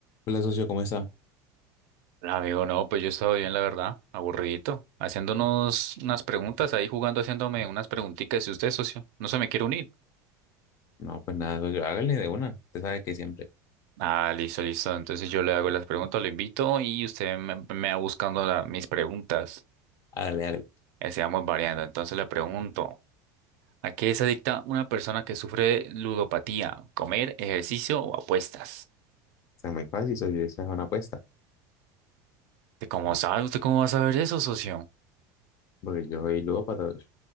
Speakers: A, on the left; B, on the right.
A: Hola, socio, ¿cómo está?
B: Amigo, no, pues yo he estado bien, la verdad, aburridito, haciéndonos unas preguntas, ahí jugando, haciéndome unas preguntitas. Si usted, socio, no se me quiere unir.
A: No, pues nada, socio, hágale de una. Usted sabe que siempre,
B: Ah, listo, listo. Entonces yo le hago las preguntas, lo invito y usted me, me va buscando la- mis preguntas.
A: hágale, hágale. O
B: Así vamos variando. Entonces le pregunto, ¿a qué se adicta una persona que sufre ludopatía? ¿Comer, ejercicio o apuestas?
A: muy fácil, socio, esa es una apuesta.
B: ¿De ¿Cómo sabe? ¿Usted cómo va a saber eso, socio?
A: Porque yo soy ludópata, socio.